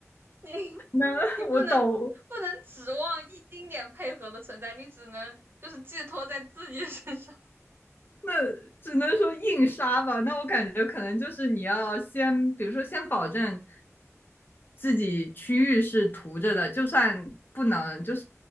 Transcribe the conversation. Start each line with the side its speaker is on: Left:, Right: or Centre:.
Right: 你
Left: 那我懂，
Right: 你不能不能指望一丁点配合的存在，你只能就是寄托在自己身上。
Left: 那只能说硬杀吧。那我感觉可能就是你要先，比如说先保证自己区域是涂着的，就算不能，就是